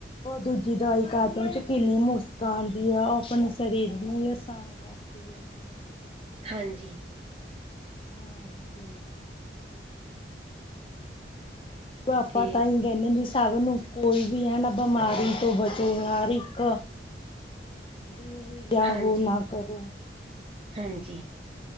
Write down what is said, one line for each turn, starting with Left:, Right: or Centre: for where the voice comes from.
Left: ਦੂਜੀ ਦਵਾਈ ਖਾਦਣ ਚ ਕਿੰਨੀ ਮੁਸ਼ਕ ਆਉਂਦੀ ਆ ਉਹ ਆਪਣੇ ਸਰੀਰ ਨੂੰ ਵੀ ਨੁਕਸਾਨ <unintelligible> <unintelligible> ਕਰਦੀ ਆ।
Right: ਹਾਂਜੀ।
Left: ਹਾਂਜੀ ਆਪਾ
Right: ਤੇ
Left: ਤਾਂਹੀ ਕਹਿੰਨੇ ਵੀ ਸਭ ਨੂੰ ਕੋਈ ਵੀ ਹੈ ਬਮਾਰੀ ਤੋਂ ਬਚੋ ਹਰ ਇੱਕ ਵੀ <unintelligible>
Right: ਹਾਂਜੀ,
Left: ਹੋ ਨਾ ਕਰੋ <unintelligible>
Right: ਹਾਂਜੀ।